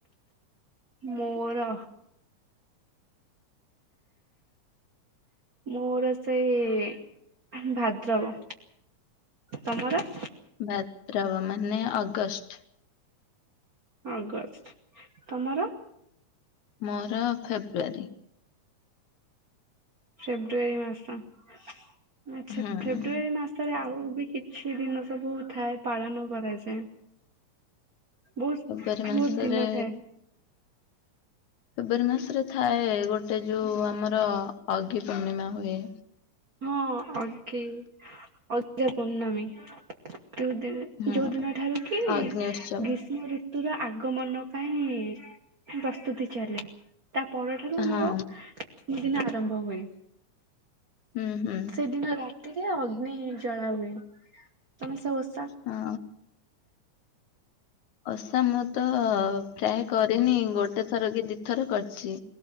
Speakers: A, on the right; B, on the left.
A: ମୋର ମୋର ସେଇଁ ଭାଦ୍ରବ ତମର?
B: ଭାଦ୍ରବ ମାନେ ଅଗଷ୍ଟ୍
A: ଅଗଷ୍ଟ୍ ତମର?
B: ମୋର ଫେବୃଆରୀ।
A: ଫେବୃଆାରୀ ମାସ ଆଚ୍ଛା
B: ହୁଁ
A: ଫେବୃଆରୀ ମାସ ତେରେ ଆଉ ବି କିଛି ଦିନ ସବୁ ଥାଏ ପାଳନ କରାଯାଏ। ବୋହୁସ୍
B: ଫେବୃଆରୀ
A: ବୋହୁତ୍
B: ମାସରେ
A: ଦିନ ଥାଏ।
B: ଫେବୁଆରୀ ମାସରେ ଥାଏ ଗୋଟେ ଯୋଉ ଆମର ଅଗିପୂର୍ଣ୍ଣିମା ହୁଏ।
A: ହଁ ଅଗୀ ଅଗିରା ପୂର୍ଣ୍ଣମୀ ଯୋଉ ଦି
B: ହୁଁ
A: ଯୋଉଦିନ ଠାରୁ କି
B: ଅଗ୍ନି ଉତ୍ସବ
A: ଗୀଷ୍ମ ଋତ ତୁର ଆଗମନ ପାଇଁ ପସ୍ତୁତି ଚାଲେ। ତା ପରଠାରୁ ଆମର
B: ହଁ
A: ଦିନ ଆରମ୍ଭ ହୁଏ।
B: ହୁଁ -ହୁଁ।
A: ସେଦିନ ରାତିରେ ଅଗ୍ନି ଜଳା ହୁଏ। ତମେ ସେ ଓଷ୍
B: ହଁ। ଓଷା ମୁଁ ତ ପ୍ରାୟେ କରିନି ଗୋଟେ ଥର କି ଦି ଥର କରଚି।